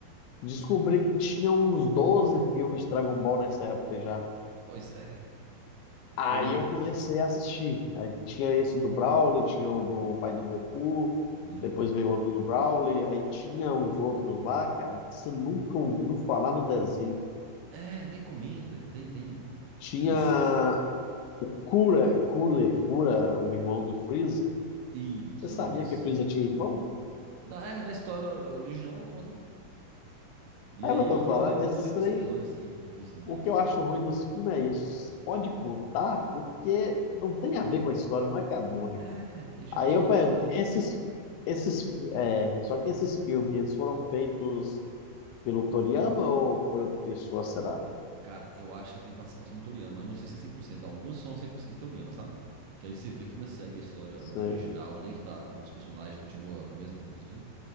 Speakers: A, on the left; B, on the right.
A: Descobri que tinha uns 12 filmes de Dragon Ball nessa época já.
B: Pois é,
A: Aí
B: eu lembro
A: eu
B: disso.
A: comecei a assistir. Aí tinha esse do Broly, tinha o do pai do Goku,
B: Uhum.
A: depois veio outro do Broly, aí tinha uns outros lá, cara, que você nunca ouviu falar no desenho.
B: É, nem comenta, tem, tem,
A: Tinha
B: tem esses,
A: Cura, Cooler, Cura, o irmão do Freeza.
B: Isso,
A: Você sabia
B: eu lembro disso.
A: que Freeza tinha irmão?
B: Na, é, na história original não conta. E
A: É
B: aí
A: o que eu
B: eu,
A: tô falando,
B: eu lembro,
A: esses
B: eu lembro
A: três.
B: desse episódio, assim, disso também.
A: O que eu acho ruim dos filmes é isso. Pode contar porque não tem a ver com a história, não é canônico.
B: É, ele chama
A: Aí
B: de spin-off,
A: eu pergunto,
B: né?
A: esses, esses, é, só que esses filmes, eles foram feitos pelo Toriyama ou foi outra pessoa, será?
B: Cara, eu acho que tem participação do Toriyama. Não sei se é cem por cento Alguns são 100% do Toriyama, sabe? Que aí você vê que ainda segue a história
A: Sei.
B: original ali, que tá, os personagens continuam com a mesma coisa ali.